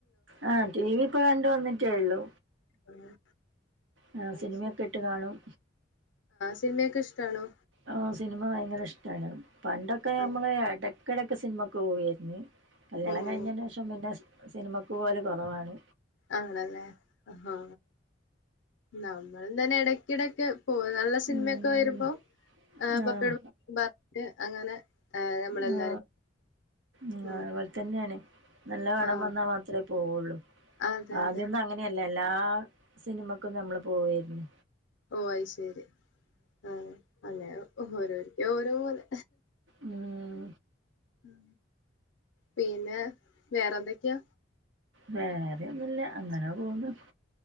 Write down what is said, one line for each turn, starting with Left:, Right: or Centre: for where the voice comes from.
Right: ആ ടി വി ഇപ്പ കണ്ട വന്നിട്ടേ ഉള്ളു
Left: ആഹ്
Right: ഉ ആർ
Left: അത്
Right: സിനിമയൊക്കെ ഇട്ട് കാണും
Left: സിനിമൊക്കെ ഇഷ്ടണോ
Right: ആ സിനിമ ഭയങ്കര ഇഷ്ടാണ് പണ്ടൊക്കെ നഞമ്മള്ട
Left: ആഹ്
Right: എടക്കിടയക്കക്ക് സിനിമൊക്ക് പോവയായിരുന്നു കല്യാണം
Left: ഓഹ്
Right: കഴിഞ്ഞതിന് ശേഷം പിന്നെ സിനിമക്ക് പോലെ കുറവാണ്
Left: ആണല്ലേ ആ നമ്മൾ തന്നെ ഇടക്കിട ഒക്കെ പോ നല്ല സിനിമയൊക്കെ
Right: ഉം
Left: വരുമ്പോ
Right: ആഹ്
Left: പപ്പിയട് പറഞ്ഞിട്ട് അങ്ങനെ ഏഹ് നമ്മളെല്ലാരും
Right: ആ ഉ
Left: ഉം
Right: അതുപോലെ തന്നെയാണ് നല്ല വടം
Left: ആഹ്
Right: വന്നാൽ മാത്രേ പോുള്ളു
Left: അതെ
Right: ആദ്യൊന്നും
Left: അതെ
Right: അങ്ങനെയല്ല എല്ലാ സിനിമക്കും നമ്മള് പോവരുന്നു
Left: ഓ അയി ശരി ആ അല്ലെ ഓരോരിക്ക ഓരോ പോലെ
Right: ഉം
Left: ഉ പിന്നെ വേറെ എന്തൊക്കെയാ
Right: വേറെയൊന്നുമല്ല അങ്ങനെ പോുന്നു